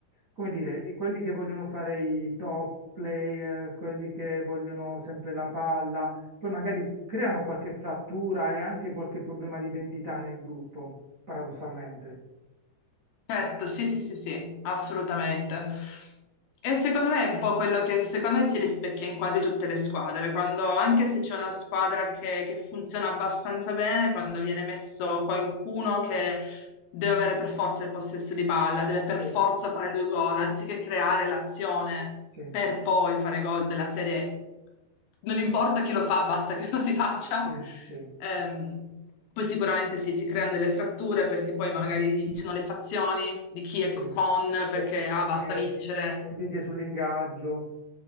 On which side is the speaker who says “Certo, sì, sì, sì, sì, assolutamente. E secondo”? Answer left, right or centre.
Left